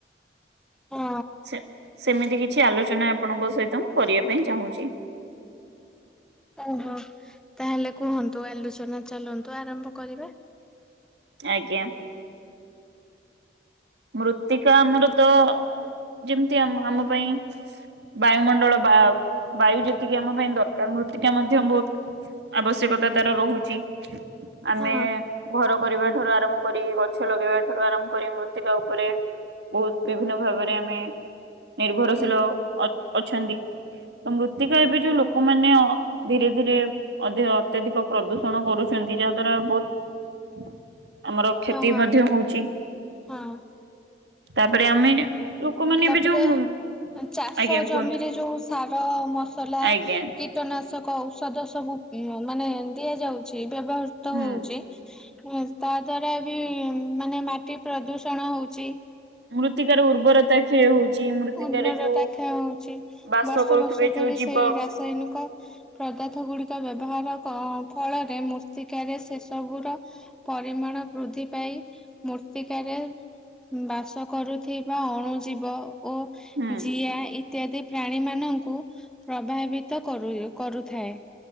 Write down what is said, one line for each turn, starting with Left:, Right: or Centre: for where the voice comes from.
Centre: ହଁ।
Right: ସେ ସେମିତି କିଛି ଆଲୋଚନା ଆପଣଙ୍କ ସହିତ କରିବା ପାଇଁ ଚାହୁଁଛି।
Centre: ଓହୋ। ତାହେଲେ କୁହନ୍ତୁ ଆଲୋଚ ତନେ ଚାଲନ୍ତୁ ଆରମ୍ଭ କରିବା।
Right: ଆଜ୍ଞା ମୃତ୍ତିକା ଆମର ତ ଯେମିତି ଆମ ଆମ ପାଇଁ ବାୟୁମଣ୍ଡଳ ବା ବାୟୁ ଯେତିକି ଆମ ପାଇଁ ଦରକାର ମୃତ୍ତିକା ମଧ୍ୟ ବହୁତ ଆବଶ୍ୟକତା ତାର ରହୁଛି ଆମେ
Centre: ହଁ
Right: ଘର କରିବା ଠାରୁ ଆରମ୍ଭ କରି ଗଛ ଲଗେଇବା ଠାରୁ ଆରମ୍ଭ କରି ମୃ ଏ ତା ଉପରେ ବହୁତ ବିଭିନ୍ନ ଭାବରେ ଆମେ ନିର୍ଭରଶୀଳ
Centre: ହୁଁ
Right: ଅ ଅଛନ୍ତି ତ ମୃତ୍ତିକା ଏବେ ଯୋଉ ଲୋକମାନେ ଅ ଧୀରେ ଧିରେ ଅଧିକ ଅତ୍ୟଧିକ ପ୍ରଦୂଷଣ କରୁ ଛନ୍ତି ଯାହାଦ୍ଵାରା ବହୁତ ଆମର କ୍ଷତି
Centre: ହଁ ହଁ
Right: ମଧ୍ୟ ହଉଛି
Centre: ହଁ
Right: ତାପରେ ଆମେ ଲୋକମାନେ
Centre: ତାପରେ
Right: ଏବେ ଯୋଉ
Centre: ଚାଷ
Right: ଆଜ୍ଞା
Centre: ଜମିରେ
Right: କୁହନ୍ତୁ
Centre: ଯୋଉ ସାର ମସଲା
Right: ଆଜ୍ଞା
Centre: କୀଟନାଶ କ ଔଷଧ ସବୁ ଉଁ ମାନେ ଦିଆଯାଉଛି ବ୍ୟବହୃତ
Right: ହୁଁ
Centre: ହଉଛି ହୁଁ ତା ଦ୍ଵାରା ବି ମାନେ ମାଟି ପ୍ରଦୂଷଣ ହଉଛି
Right: ମୃତ୍ତିକା ର ଉର୍ବରତା କ୍ଷୟ ହଉଛି ମୃତ୍ତିକାରେ
Centre: ଉର୍ବରତା
Right: ଯୋଉ
Centre: କ୍ଷୟ ହଉଛି
Right: ବାସ
Centre: ବର୍ଷ
Right: କରୁଥିବେ
Centre: ବର୍ଷ
Right: ଯୋଉ
Centre: ଧରି
Right: ଜୀବ
Centre: ସେଇ ରାସାୟନିକ ପଦାର୍ଥ ଗୁଡି କ ବ୍ୟବହାର କ ଫଳରେ ମୃର୍ତ୍ତିକାରେ ସେସବୁ ର ପରିମାଣ ବୃଦ୍ଧି ପାଇ ମୃର୍ତ୍ତିକାରେ ବାସ କରୁଥିବା ଅଣୁ ଜୀବ ଓ
Right: ହୁଁ
Centre: ଜିଆ ଇତ୍ୟାଦି ପ୍ରାଣୀ ମାନଙ୍କୁ ପ୍ରଭାବିତ କରୁ କରୁଥାଏ